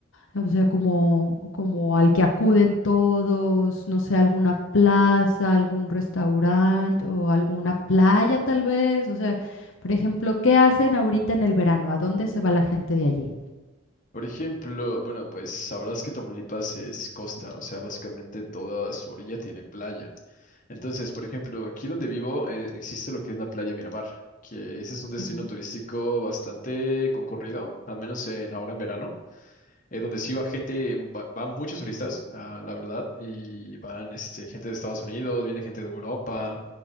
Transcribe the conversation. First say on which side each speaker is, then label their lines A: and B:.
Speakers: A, on the left (about 75°); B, on the left (about 40°).
A: O sea, como, como al que acuden todos, no sé, alguna plaza, algún restaurante o alguna playa tal vez. O sea, por ejemplo, ¿qué hacen ahorita en el verano? ¿A dónde se va la gente de allí?
B: Por ejemplo, bueno, pues sabrás que Tamaulipas es costa, o sea, básicamente toda su orilla tiene playa. Entonces, por ejemplo, aquí donde vivo eh, existe lo que es la playa Miramar, que ese es un destino
A: Ujú.
B: turístico bastante concurrido, al menos en, ahora en verano, eh, donde sí va gente, va, van muchos turistas, ah, la verdad, y van este, gente de Estados Unidos, viene gente de Europa,